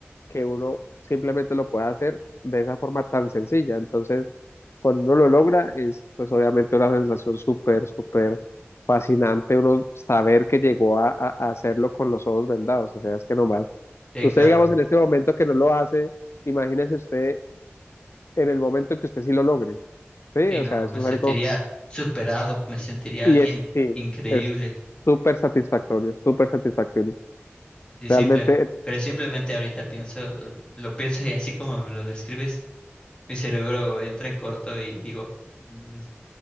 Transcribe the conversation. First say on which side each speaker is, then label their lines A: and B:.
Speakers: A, on the left; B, on the left.
A: que uno simplemente lo pueda hacer de esa forma tan sencilla. Entonces, cuando uno lo logra, es pues obviamente una sensación súper, súper fascinante uno saber que llegó a, a- a hacerlo con los ojos vendados. O sea, es que nomás,
B: sí,
A: usted
B: claro.
A: digamos en este momento que no lo hace, imagínese usted en el momento que usted sí lo logre. Sí,
B: Sí,
A: o
B: no,
A: sea, eso
B: me sentiría
A: es algo,
B: superado, me sentiría
A: y
B: alguien
A: es, sí,
B: increíble.
A: es súper satisfactorio, súper satisfactorio.
B: Y
A: Realmente,
B: simple, pero simplemente ahorita pienso, lo pienso y así como me lo describes, mi cerebro entra en corto y digo. "Mm,